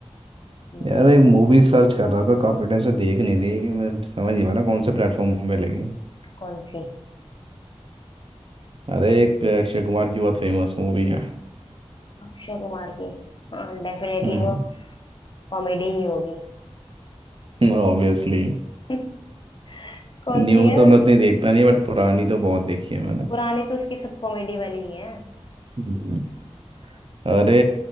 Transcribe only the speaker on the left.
मैं
कौन सी
अक्षय कुमार की हाँ डेफिनेटली
वो कॉमेडी ही होगी
<laughs> कौन
सी है
वैसे
पुरानी तो उसकी सब कॉमेडी वाली ही है